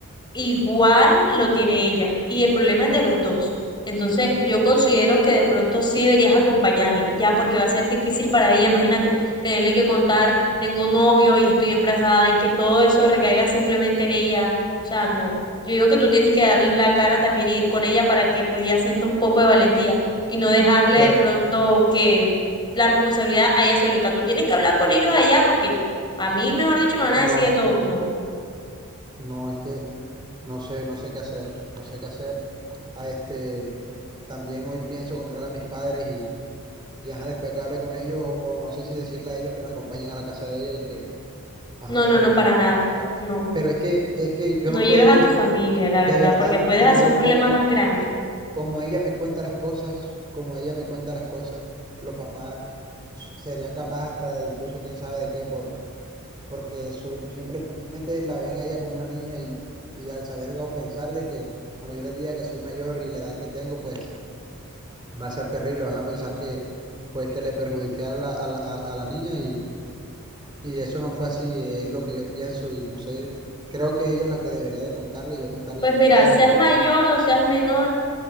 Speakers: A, on the left; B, on the right.
A: igual lo tiene ella y el problema es de los dos. Entonces, yo considero que de pronto sí deberías acompañarla, ya porque va a ser difícil para ella, imagínate, tenerle que contar, tengo novio y estoy embarazada y que todo eso recaiga simplemente en ella. O sea, no. Yo digo que tú tienes que darle la cara también y ir con ella para que pues ella sienta un poco de valentía y no dejarle
B: pero
A: de pronto que la responsabilidad a ella solita. Tú tienes que hablar con ellos allá porque a mí, mejor dicho, me van
B: no,
A: a decir de todo. No,
B: no, es que No sé, no sé qué hacer, no sé qué hacer. A este, también hoy pienso encontrar a mis padres y, y ajá, después que hable con ellos, o, o no sé si decirle a ellos que me acompañen a la casa de ella y que, ajá,
A: no,
B: solucionar.
A: no, no, para nada. No.
B: Pero es que, es que yo
A: No
B: no
A: lleves
B: puedo
A: a
B: ir
A: tu familia,
B: porque
A: la
B: de
A: verdad,
B: verdad,
A: porque puedes
B: eh,
A: hacer
B: lo,
A: un problema
B: como,
A: más grande.
B: como ella me cuenta las cosas, como ella me cuenta las cosas, los papás serían capaces hasta de incluso quién sabe de qué por, porque soy, simplemente la ven a ella como una niña y, y al saber o pensar de que cuando yo les diga que soy mayor y la edad que tengo, pues va a ser terrible, van a pensar que pues que le perjudiqué a la, a la, a- a la niña y, y eso no fue así, es lo que yo pienso y no sé, creo que ella es la que debería de contarle y yo contarle
A: Pues
B: a mis
A: mira,
B: padres
A: seas
B: y,
A: mayor o seas menor,